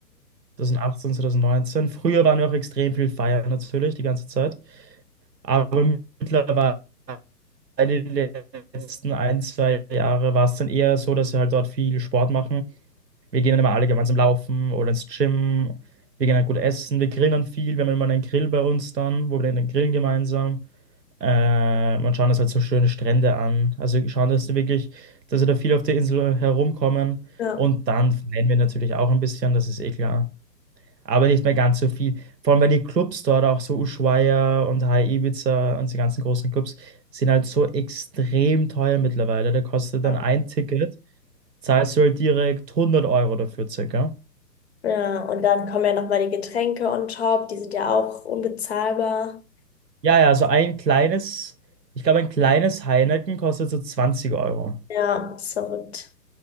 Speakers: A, on the right; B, on the left.
A: 2018, 2019. Früher waren wir auch extrem viel feiern natürlich, die ganze Zeit. Aber mittlerweile, die letzten ein, zwei Jahre, war es dann eher so, dass wir halt dort viel Sport machen Wir gehen dann immer alle gemeinsam laufen oder ins Gym. Wir gehen dann gut essen. Wir grillen viel. Wir haben immer einen Grill bei uns dann, wo wir dann grillen gemeinsam. Äh, man schaut uns halt so schöne Strände an. Also wir schauen, dass wir wirklich, dass wir da viel auf der Insel herumkommen.
B: Ja.
A: Und dann feiern wir natürlich auch ein bisschen, das ist eh klar. Aber nicht mehr ganz so viel. Vor allem, weil die Clubs dort, auch so Ushuaia und High Ibiza und die ganzen großen Clubs, sind halt so extrem teuer mittlerweile. Da kostet
B: Ja,
A: dann ein Ticket, zahlst du halt direkt 100 Euro dafür circa.
B: Ja, und dann kommen ja nochmal die Getränke on top, die sind ja auch unbezahlbar.
A: Ja, ja, so ein kleines, ich glaube, ein kleines Heineken kostet so 20 Euro.
B: Ja, ist verrückt.